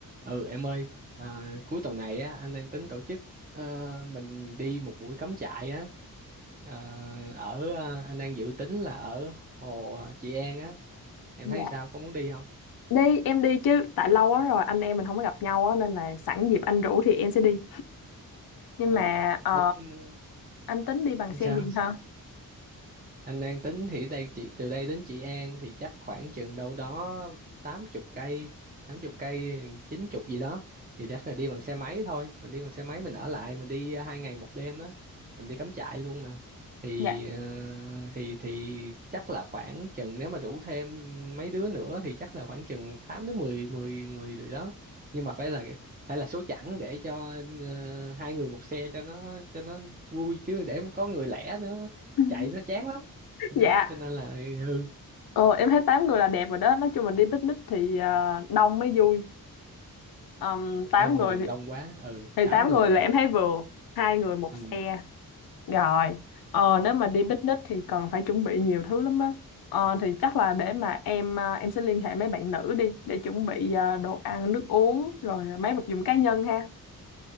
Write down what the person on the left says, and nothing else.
Dạ.
Đi em đi chứ tại lâu quá rồi anh em mình không có gặp nhau á nên là sẵn dịp anh rủ thì em sẽ đi. Nhưng
mà ờ,
anh tính đi bằng xe
gì hả?
Dạ.
<laughs>
Dạ.
Ờ em thấy 8 người là đẹp rồi đó, nói chung mình đi picnic thì ờ, đông mới vui. Um, 8
người
thì
thì
8
người
là em thấy vừa, hai người một
xe Rồi, ờ, nếu mà đi picnic thì cần phải chuẩn bị nhiều thứ lắm á. Ờ, thì chắc là để mà em à, em sẽ liên hệ mấy bạn nữ đi để chuẩn bị à, đồ ăn, nước uống rồi mấy vật dụng cá nhân ha.